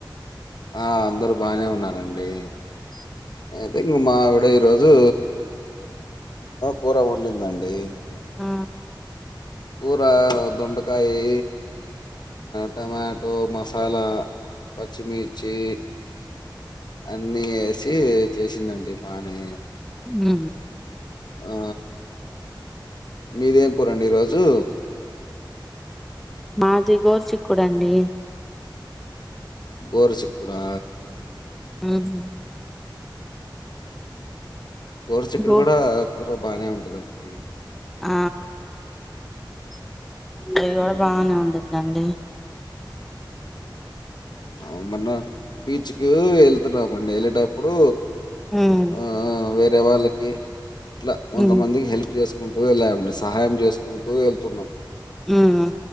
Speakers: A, on the left; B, in the centre.
A: ఆ అందరుూ బానే ఉన్నారంండి అయితే మావిడ ఈరోజు కూర వండిందండి.
B: ఆ
A: కూర దొండకాయి, టమాటో మస్ మసాల, పచ్చిమిర్చి అన్నీ వేసి చేసిందండి బానే
B: మ్
A: ఆ మీదేం కూరండి ఈరోజు.
B: మాది గోరుచిక్కుడండి.
A: గోరుచిక్కుడా?
B: మ్ హూ
A: గోరచిక్కుడు
B: గో
A: కూడా కూర బానే ఉంటదండి.
B: ఆ అవి కూడా
A: మ్మ్
B: బానే ఉండిద్దండి.
A: అ మొన్న బీచ్ కి వెళ్తున్నాం మొన్న వెళ్ళేటప్పుడు
B: ఉమ్
A: ఆ వేరే వాళ్ళకి ఇట్లా కొంతమందికి
B: ఉమ్
A: హెల్ప్ చేసుకుంటూ వెళ్ళామండి. సహాయం చేసుకుంటూ వెళ్తున్నాం.
B: మ్